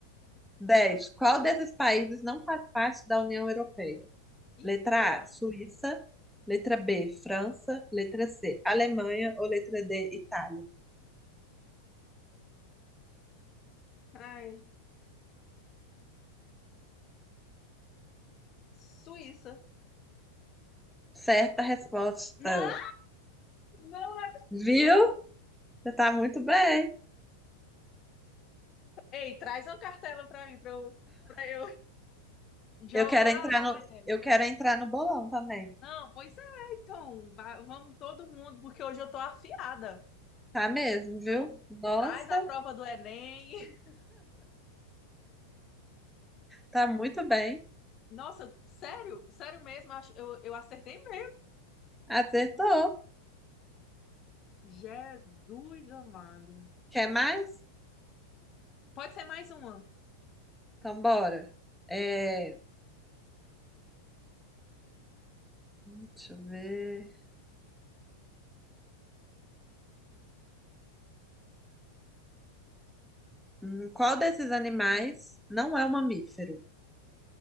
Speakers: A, in the centre; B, on the left.
A: 10. Qual desses países não faz parte da União Europeia?
B: Eita.
A: Letra A, Suíça. Letra B, França. Letra C, Alemanha. Ou letra D, Itália?
B: Ai. Suíça.
A: Certa resposta.
B: Não, não. não.
A: Viu? Você tá muito bem.
B: Ei, traz uma cartela pra mim, pra eu, pra eu jogar,
A: Eu quero entrar
B: mulher.
A: no, eu quero entrar no bolão também.
B: Não, pois é, então, va- vamos todo mundo, porque hoje eu tô afiada,
A: Tá mesmo,
B: então
A: viu? Nossa,
B: traz a prova do Enem. <laughs>
A: tá muito bem.
B: Nossa, sério, sério mesmo, acho- eu, eu acertei mesmo.
A: Acertou.
B: Jesus amado.
A: Quer mais?
B: Pode ser mais uma,
A: Então bora. É, Deixa eu ver. Hum, qual desses animais não é um mamífero?